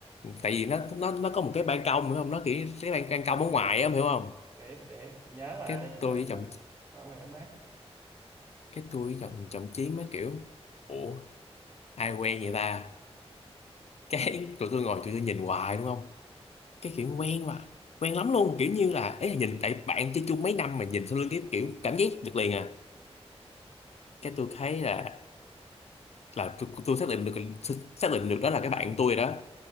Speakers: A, on the left; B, on the right.
A: tại vì nó nó nó có một cái ban công hiểu không nó kiểu cái ban, ban công ở ngoài á em hiểu không
B: biết biết tôi nhớ mà
A: cái
B: đi mấy
A: tôi
B: lần
A: với
B: mà
A: chồng
B: ở ngoài nó mát
A: cái tôi giọng trọng chí mới kiểu ủa ai quen vậy ta <laughs> cái tụi tôi ngồi tụi tôi nhìn hoài đúng không cái kiểu quen mà quen lắm luôn kiểu như là ấy là nhìn tại bạn chơi chung mấy năm mà nhìn sau lưng cái kiểu cảm giác được liền à cái tôi thấy là là tôi, tôi xác định được xác định được đó là cái bạn tôi rồi đó